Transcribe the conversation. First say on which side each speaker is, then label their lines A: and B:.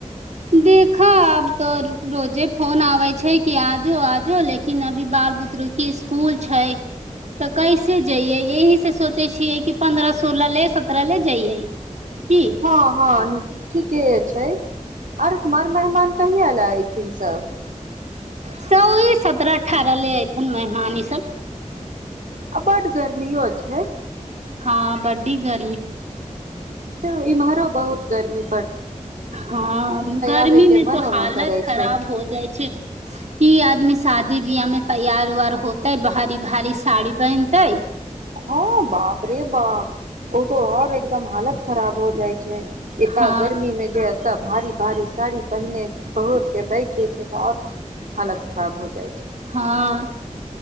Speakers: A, on the right; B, on the right.
A: दे खब त रोजे फोन आबय छै कि आजो आज ओ लेकिन अभी बाल बुतरुकें इसकूल छै तऽ कैसे जइयै एहि से <unintelligible> छियै कि पन्द्रह सोलह ले सत्तरह ले जइयै की
B: हँ हँ ठीके छै आर मर मेहमान कहि अला एऐथिन सब
A: सओए सतरह अठारह ले थिन मेहमान ई सब
B: अबर गर्मीओ छै
A: हँ बडी ग
B: तऽ इम्हरो बहुत गरमी
A: हँ गरमीमे
B: आबे के मनो
A: तऽ हालत
B: न करे
A: खराब
B: छै
A: हो जाइ छै कि आदमी शादी बियाहमे तैयार वयार हो तऽ भारी भारी सााड़ी पहिनतै
B: हँ बाप रे बाप ओ तो आओर एकदम हालत खराब हो जाइ छै एतऽ
A: हँ
B: गर्मी मे जे तऽ भारी भारी साड़ी पहिने बहुत के बैठे छै तओ हालत खराब हो जाइ छै
A: हँ